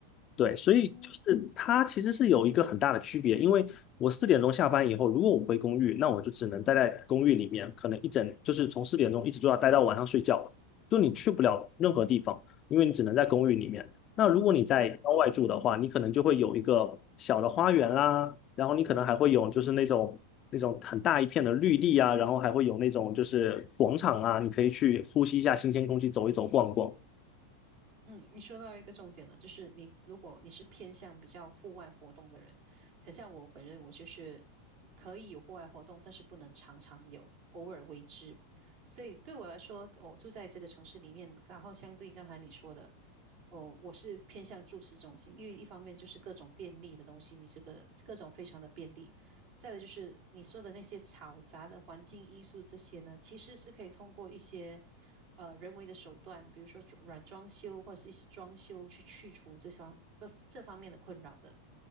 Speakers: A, on the left; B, on the right.
A: 对，所以就是它其实是有一个很大的区别，
B: 嗯
A: 因为我四点钟下班以后，如果我回公寓，那我就只能待在公寓里面，可能一整就是从四点钟一直就要待到晚上睡觉了就你去不了任何地方，因为你只能在公寓里面。那如果你在郊外住的话，
B: 嗯
A: 你可能就会有一个小的花园啦，然后你可能还会有就是那种那种很大一片的绿地啊，然后还会有那种就是广场啊，你可以去呼吸一下新鲜空气，走一走逛逛。
B: 嗯，你说到一个重点了，就是你如果你是偏向比较户外活动的人，很像我本人，我就是可以有户外活动，但是不能常常有，偶尔为之。所以对我来说，我住在这个城市里面，然后相对刚才你说的，哦，我是偏向住市中心，因为一方面就是各种便利的东西，你这个各种非常的便利，再来就是你说的那些嘈杂的环境因素，这些呢，其实是可以通过一些呃人为的手段，比如说软装修或者是一些装修去去除这方这这方面的困扰的。